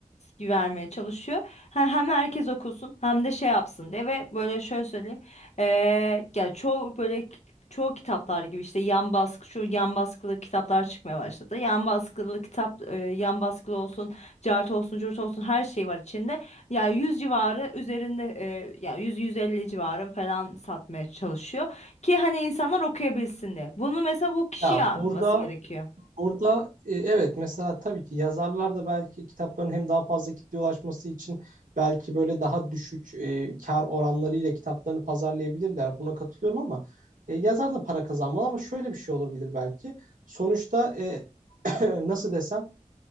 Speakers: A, on the left; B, on the right.
A: e, vermeye çalışıyor. He- Hem herkes okusun hem de şey yapsın diye ve böyle şöyle söyleyeyim. E, ya çoğu böyle k- çoğu kitaplar gibi işte yan baskı şu yan baskılı kitaplar çıkmaya başladı. Yan baskılı kitap e, yan baskılı olsun, cart olsun, curt olsun her şey var içinde. Yani 100 civarı üzerinde e, yani 100-150 civarı falan satmaya çalışıyor ki hani insanlar okuyabilsin diye. Bunu mesela bu kişi
B: Ya
A: yapması
B: burada
A: gerekiyor.
B: Orada e, evet mesela tabii ki yazarlar da belki kitapların hem daha fazla kitleye ulaşması için belki böyle daha düşük e, kar oranlarıyla kitaplarını pazarlayabilirler. Buna katılıyorum ama e, yazar da para kazanmalı ama şöyle bir şey olabilir belki. Sonuçta e, <clears throat> nasıl desem